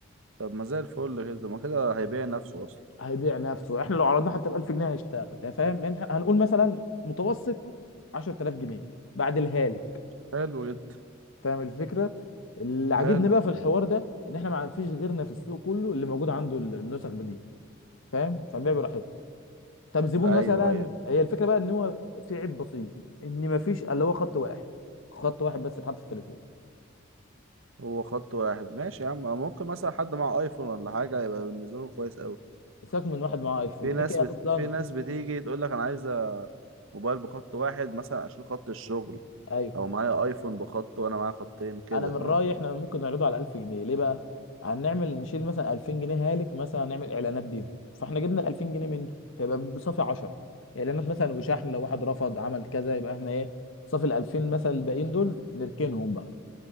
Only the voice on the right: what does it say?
طب ما زي الفل كده ما كده هيبيع نفسه أصلا
حلو جدا
حلو
أيوه
أيوه
هو خط واحد ماشي يا عم ممكن مثلا حد مع ايفون ولا حاجة يبقى بالنسبة له كويس أوي
في
ناس
بت...
في ناس بتيجي تقول لك انا عايزه موبايل بخط واحد مثلا عشان خط الشغل
او معايا ايفون بخط وانا معايا خطين كده
فاهم